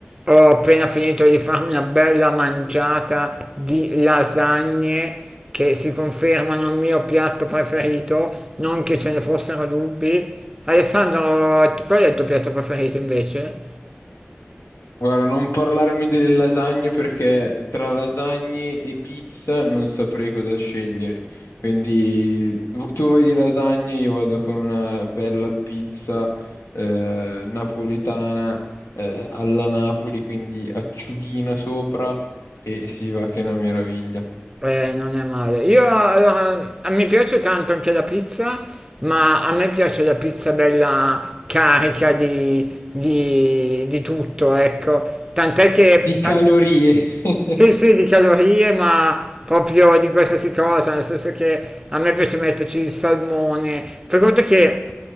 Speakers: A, on the right; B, on the left.
A: Ho appena finito di farmi una bella mangiata di lasagne che si confermano il mio piatto preferito, non che ce ne fossero dubbi. Alessandro, t- qual è il tuo piatto preferito invece?
B: Guarda, non parlarmi delle lasagne perché tra lasagne e pizza non saprei cosa scegliere. Quindi v- tu vai di lasagne, io vado con una bella pizza eh, napoletana eh, alla Napoli, quindi acciughina sopra e si va che è una meraviglia.
A: Eh, non è male. Io allora, a me piace tanto anche la pizza, ma a me piace la pizza bella carica di, di, di tutto, ecco. Tant'è che
B: Di calorie.
A: tante-
B: <laughs>
A: Sì, sì, di calorie, ma proprio di qualsiasi cosa, nel senso che a me piace metterci il salmone. Fai conto che